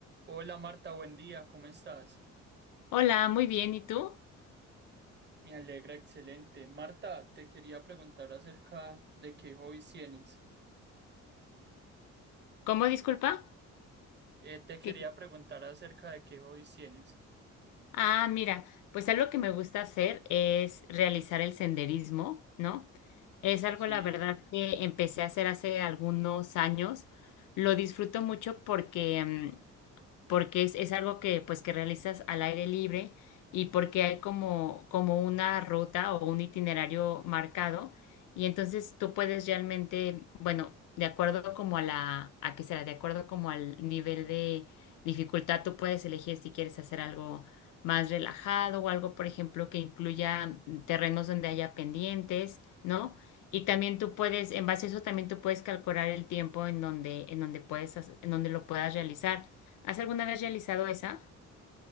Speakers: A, on the right (about 35°); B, on the left (about 90°).
A: Hola Marta, buen día, ¿cómo estás?
B: Hola, muy bien. ¿Y tú?
A: Me alegra, excelente. Marta, te quería preguntar acerca de qué hobbies tienes.
B: ¿Cómo disculpa?
A: Eh, te quería
B: ¿Qué-
A: preguntar acerca de qué hobbies tienes.
B: Ah, mira, pues algo que me gusta hacer es realizar el senderismo, ¿no? Es algo,
A: Sí.
B: la verdad, que empecé a hacer hace algunos años. Lo disfruto mucho porque mm, porque es, es algo que pues que realizas al aire libre y porque hay como, como una ruta o un itinerario marcado y entonces tú puedes realmente, bueno, de acuerdo como a la, a qué será, de acuerdo como al nivel de dificultad, tú puedes elegir si quieres hacer algo más relajado o algo, por ejemplo, que incluya terrenos donde haya pendientes, ¿no? Y también tú puedes, en base a eso, también tú puedes calcular el tiempo en donde, en donde puedes, hac- en donde lo puedas realizar. ¿Has alguna vez realizado esa?